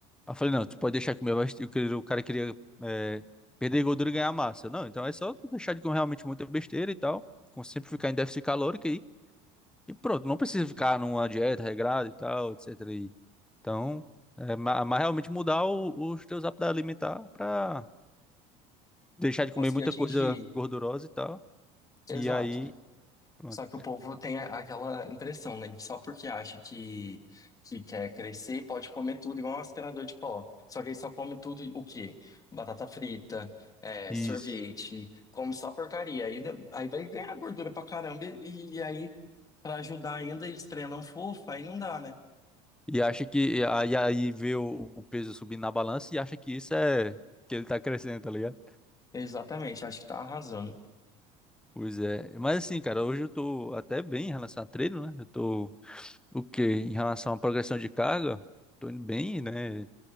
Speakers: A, in the centre; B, on the left.
A: Aí Eu falei, não, tu pode deixar de comer meu vai... O o cara queria é, perder gordura e ganhar massa. Eu, Não, então é só tu deixar de comer realmente muita besteira e tal. com- Sempre ficar em déficit calórico aí. E pronto, não precisa ficar numa dieta regrada e tal, etc. E... Então, é, ma- mas realmente mudar o- os teus hábitos alimentar pra deixar de
B: Conseguir
A: comer muita
B: atingir.
A: coisa gordurosa e tal.
B: Exato.
A: E aí, pronto.
B: Só que o povo tem a- aquela impressão, né? Só porque acha que, que quer crescer, pode comer tudo, igual um aspirador de pó. Só que ele só come tudo o quê? Batata frita, é,
A: Isso.
B: sorvete, come só porcaria. Aí, dá- aí vai ganhar gordura pra caramba e, e aí, pra ajudar ainda, eles treinam fofo, aí não dá, né?
A: E acha que... E aí aí vê o o peso subindo na balança e acha que isso é... Que ele tá crescendo, tá ligado?
B: Exatamente, acho que tá arrasando.
A: Pois é, mas assim, cara, hoje eu tô até bem em relação a treino, né? Eu tô o quê? Em relação à progressão de carga, tô indo bem, né?